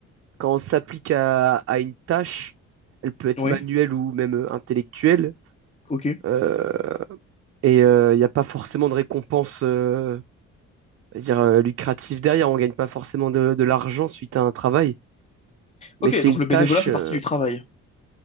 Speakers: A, on the right; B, on the left.
A: quand on s'applique à, à une tâche, elle peut être
B: Ouais,
A: manuelle ou même euh, intellectuelle,
B: ok.
A: euh, et euh, il n'y a pas forcément de récompense, euh, je veux dire euh, lucrative derrière. On gagne pas forcément de, de l'argent suite à un travail, mais
B: Ok,
A: c'est
B: donc
A: une
B: le
A: tâche.
B: bénévolat fait
A: euh,
B: partie du travail.